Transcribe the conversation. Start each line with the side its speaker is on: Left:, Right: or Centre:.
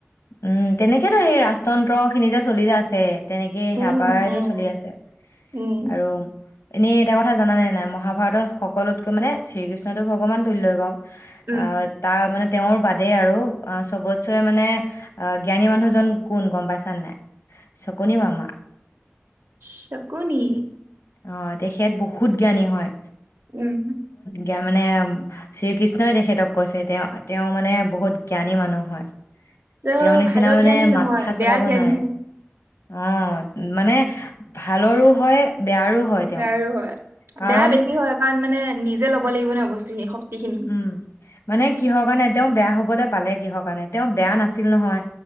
Left: উম, তেনেকেইতো সেই ৰাস্ তন্ত্ৰখিনি যে, চলি যে আছে তেনেকেই, সেয়া
Right: উম
Left: পৰাইটো
Right: উম
Left: চলি আছে,
Right: উম।
Left: আৰু এনেই এটা কথা জানানে নাই মহাভাৰতৰ সকলোতকৈ মানে শ্ৰীকৃষ্ণটোক ভগৱান তুল্যই বাৰু
Right: উম
Left: অ তাৰ মানে তেওঁৰ বাদে আৰু চবতচে মানে জ্ঞানী মানুহজন কোন গম পাইছা নাই সকুনি মামা
Right: সকুনি
Left: অ তেখেত বহুত জ্ঞানী হয়
Right: উম
Left: এতিয়া মানে শ্ৰীকৃষ্ণই তেখেতক কৈছে তেওঁ তেওঁ মানে বহুত জ্ঞানী মানুহ হয়
Right: অ
Left: তেওঁৰ নিচিনা
Right: ভাল
Left: মানে
Right: জ্ঞানী নহয়
Left: মাথা
Right: বেয়া
Left: চলাব
Right: জ্ঞানীহে
Left: নাই অ মানে ভালৰো হয় বেয়াৰো হয় তেওঁ
Right: বেয়াৰো হয়
Left: কাৰণ
Right: বেয়া বেছি হয় কাৰণ মানে নিজে ল'ব লাগিব নহয় বস্তুখিনি শক্তিখিনি।
Left: উম মানে কিহৰ কাৰণে তেওঁ বেয়া হ'ব দে পালে কিহৰ কাৰণে তেওঁ বেয়া নাছিল নহয়